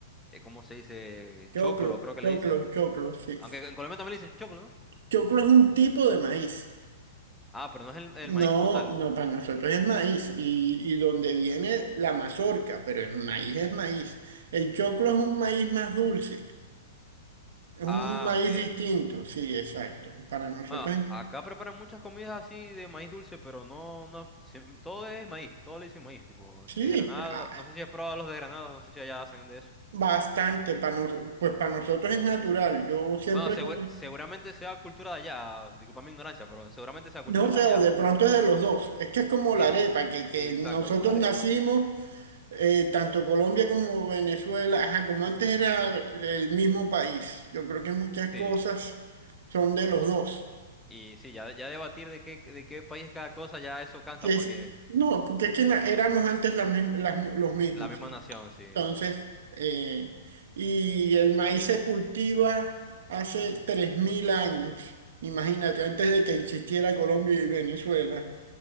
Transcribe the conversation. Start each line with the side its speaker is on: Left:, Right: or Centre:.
Centre: eh, ¿cómo se dice?
Right: choclo,
Centre: Choclo, creo que
Right: choclo,
Centre: le dicen.
Right: choclo, sí.
Centre: Aunque en Colombia también le dicen choclo, ¿no?
Right: Choclo es un tipo de maíz.
Centre: Ah, pero no es el, el
Right: No,
Centre: maíz como tal.
Right: no, para nosotros es maíz y, y donde viene la mazorca, pero el maíz es maíz. El choclo es un maíz más dulce. Es un
Centre: Ah,
Right: maíz
Centre: ok.
Right: distinto, sí, exacto. Para nosotros,
Centre: Bueno,
Right: en-
Centre: acá preparan muchas comidas así de maíz dulce, pero no, no, siem- todo es maíz, todo le dicen maíz, tipo
Right: sí,
Centre: desgranado.
Right: ah,
Centre: No sé si has probado los desgranados, no sé si allá hacen de eso.
Right: bastante. Para nos- pues para nosotros es natural. Yo siempre
Centre: Bueno, segu-
Right: comí.
Centre: seguramente sea cultura de allá, disculpa mi ignorancia, pero seguramente sea cultura
Right: No
Centre: de
Right: sé,
Centre: allá.
Right: o de pronto es de los dos. Es que es como
Centre: Sí,
Right: la arepa, que, que
Centre: sí, exacto,
Right: nosotros
Centre: como la arepa.
Right: nacimos, eh, tanto Colombia como Venezuela, ajá, como antes era el mismo país. Yo creo que muchas
Centre: Sí,
Right: cosas son de los dos.
Centre: y sí, ya, ya debatir de qué, de qué país cada cosa, ya eso cansa,
Right: Que es-
Centre: porque
Right: no, porque es que na- éramos antes la mi- las mi- los mismos.
Centre: la misma
Right: sí.
Centre: nación, sí,
Right: Entonces, eh, y el maíz se cultiva hace 3.000 años, imagínate, antes de que existiera Colombia y Venezuela.